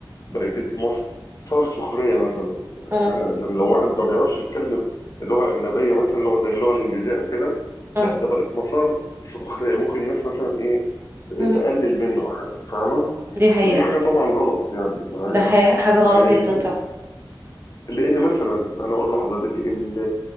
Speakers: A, on the left; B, on the right.
A: بقت مصدر سخريه مثلا
B: مم،
A: يعني لو واحد ما بيعرفش يتكلم لغه اجنبيه مثلا لغه زي اللغه الانجليزيه او كده
B: مم،
A: لا ده بقت مسار سخريه ممكن الناس مثلا ايه
B: مم.
A: تقلل منه فاهمه
B: دي حقيقه
A: ودي حاجة طبعا غلط يعني معايا
B: ده حقيقة حاجه غلط
A: يعني
B: جدا
A: ال-
B: طبعا
A: لأن مثلا أنا أقول لحضرتك ال-